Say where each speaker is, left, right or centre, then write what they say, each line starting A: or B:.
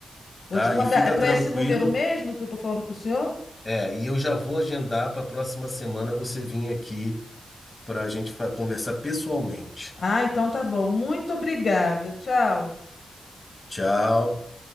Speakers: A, on the left (about 65°); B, on the left (about 30°).
A: Vou
B: tá?
A: te mandar,
B: E fica
A: é para
B: tranquila.
A: esse número mesmo que eu tô falando com o senhor?
B: É, e eu já vou agendar para a próxima semana você vir aqui para a gente fa- conversar pessoalmente.
A: Ah, então tá bom. Muito obrigada. Tchau.
B: Tchau.